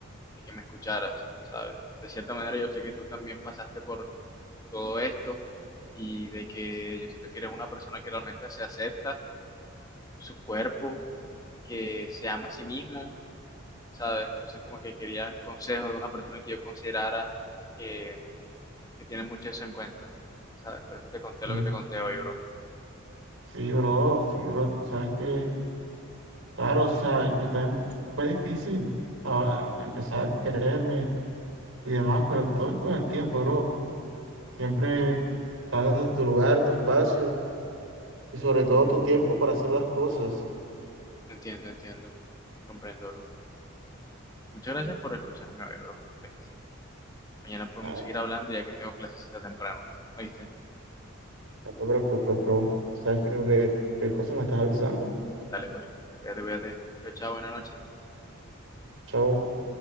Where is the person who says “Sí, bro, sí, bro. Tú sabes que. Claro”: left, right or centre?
Right